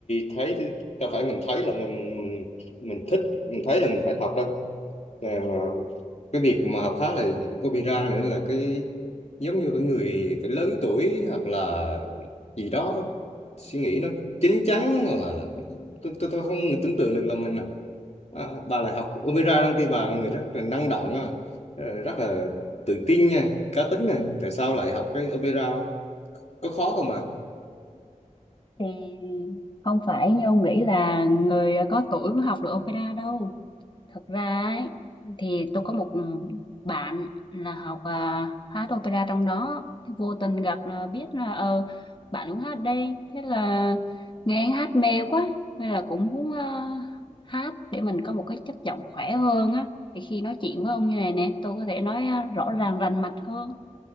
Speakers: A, on the left; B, on the left.
A: thấy thì- đâu phải mình thấy là mình mình mình, mình thích mình thấy là mình phải học đâu Mà- mà cái việc mà học khác là opera nữa là cái giống như phải người phải lớn tuổi hoặc là gì đó suy nghĩ nó chín chắn hoặc là phải- tôi tôi tôi không tưởng tượng được là mình là à, bà lại học opera trong khi bà là người rất là năng động á, rất là tự tin nha cá tính này tại sao lại học cái opera có khó không ạ
B: thì không phải như ông nghĩ là người có tuổi mới học được opera đâu thật ra ấy, thì tôi có một bạn là học à, hát opera trong đó thế vô tình gặp là biết là ờ bạn cũng hát đây thế là nghe anh hát mê quá nên là cũng muốn à, hát để mình có một cái chất giọng khỏe hơn á để khi nói chuyện với ông như này nè tôi có thể nói à, rõ ràng rành mạch hơn